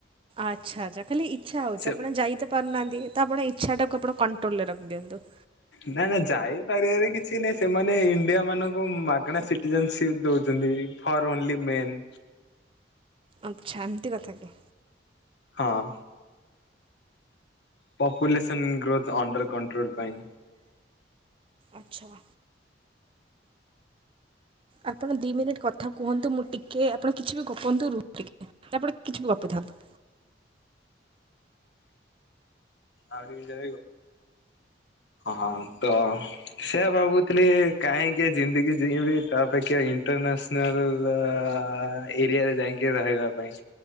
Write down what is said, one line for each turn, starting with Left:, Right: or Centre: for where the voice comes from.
Right: ଆଚ୍ଛା ଆଚ୍ଛା ଖାଲି ଇଛା ହଉଛି
Left: ସେ
Right: ଆପଣ ଯାଇତ ପାରୁନାହାନ୍ତିତ ଆପଣ ଇଚ୍ଛାଟାକୁ କଣ୍ଟ ଟୋଲେ ରେ ରଖିଦିଅନ୍ତୁ।
Left: ନା ନା ଯାଇପାରିବାରେ କିଛି କିଛି ନାଇଁ ସେମାନେ ଇଣ୍ଡିଆ ମାନଙ୍କୁ ମାଗଣା ସିଟିଜନସିଟ ଦଉଛନ୍ତି। ଫର ଓନଲି ମେଲ
Right: ଆଛା ଏମିତିକଥା କି?
Left: ହଁ। ପପୁଲେସନ୍ ଗ୍ରୋଥ ଅଣ୍ଡର କଣ୍ଟ୍ରୋଲ ପାଇଁ।
Right: ଆଚ୍ଛା। ଆପଣ ଦି ମିନିଟ୍ କଥା କୁହନ୍ତୁ ମୁଁ ଟିକେ ଆପଣ କିଛି ବି ଗପନ୍ତୁ ରୁହ ଟିକେ ଆପଣ କିଛି ବି ଗପିଥାନ୍ତୁ।
Left: ଆଉ ଟିକ ହଁ ତ ସେଆ ଭାବୁଥିଲି କାହିଁକି ଏ ଜିଂଦି ଯିବି ତା ଅପେକ୍ଷା ଇଣ୍ଟରନ୍ୟାସନାଲ ଆ ଆ ଆ ଏରିଆରେ ଯାଇକି ରହିବା ପାଇଁ।